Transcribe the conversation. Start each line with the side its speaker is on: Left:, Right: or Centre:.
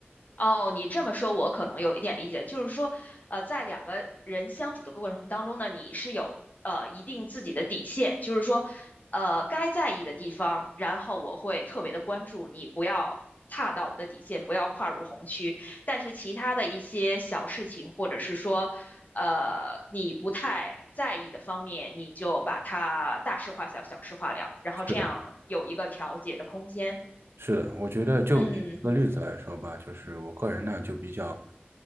Left: 哦，你这么说，我可能有一点理解，就是说，呃，在两个人相处的过程当中呢，你是有呃一定自己的底线，就是说，呃，该在意的地方，然后我会特别的关注你，不要踏到我的底线，不要跨入红区。但是其他的一些小事情，或者是说，呃，你不太在意的方面，你就把它大事化小，小事化了，然后这样有一个调节的空间。
Right: 是的，是的，我觉得就举一个例子来说吧，
Left: 嗯。
Right: 就是我个人呢就比较